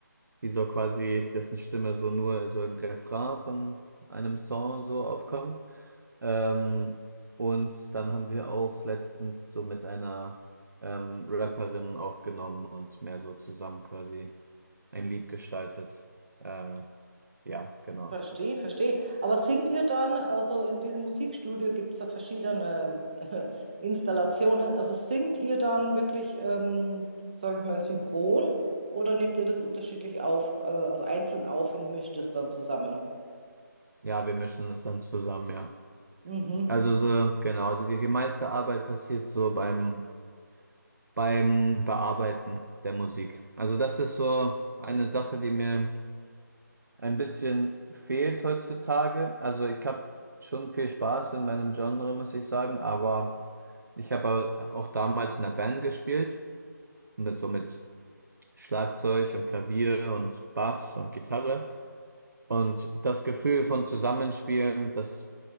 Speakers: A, on the right; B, on the right.
A: die so quasi, dessen Stimme so nur so im Refrain von einem Song so aufkommt. Ähm, und dann haben wir auch letztens so mit einer ähm, Rapperin aufgenommen und mehr so zusammen quasi ein Lied gestaltet. Äh, ja, genau.
B: Verstehe, verstehe. Aber singt ihr dann, also in diesem Musikstudio gibt es ja verschiedene äh, Installationen, also singt ihr dann wirklich, ähm, sage ich mal, synchron oder nehmt ihr das unterschiedlich auf, äh, also einzeln auf und mischt es dann zusammen?
A: Ja, wir mischen es dann zusammen, ja.
B: Mhm,
A: Also so, genau, die, die meiste Arbeit passiert so beim, beim Bearbeiten der Musik. Also das ist so eine Sache, die mir ein bisschen fehlt heutzutage. Also ich habe schon viel Spaß in meinem Genre, muss ich sagen, aber ich habe auch damals in der Band gespielt, mit so mit Schlagzeug und Klavier und Bass und Gitarre. Und das Gefühl von Zusammenspielen, das